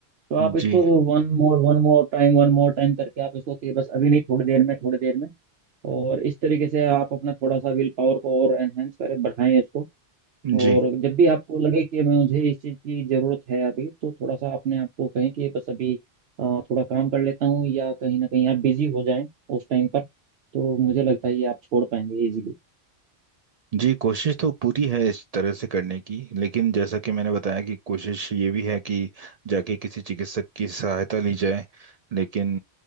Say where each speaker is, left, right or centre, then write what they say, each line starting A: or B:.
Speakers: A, on the right; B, on the right.
A: तो आप इसको
B: जी
A: one more one more time one more time करके आप इसको कि बस अभी नहीं थोड़ी देर में थोड़ी देर में और इस तरीके से आप अपना थोड़ा सा विल पावर को और एनहेंस करें बढ़ाएं इसको
B: जी
A: और जब भी आपको लगे कि मुझे इस चीज़ की ज़रूरत है अभी तो थोड़ा सा अपने आप को कहें कि बस अभी अ, थोड़ा काम कर लेता हूँ या कहीं ना कहीं आप बिजी हो जाएं उस टाइम पर तो मुझे लगता है ये आप छोड़ पाएंगे इजीली
B: जी कोशिश तो पूरी है इस तरह से करने की लेकिन जैसा कि मैंने बताया कि कोशिश ये भी है कि जाके किसी चिकित्सक की सहायता ली जाए लेकिन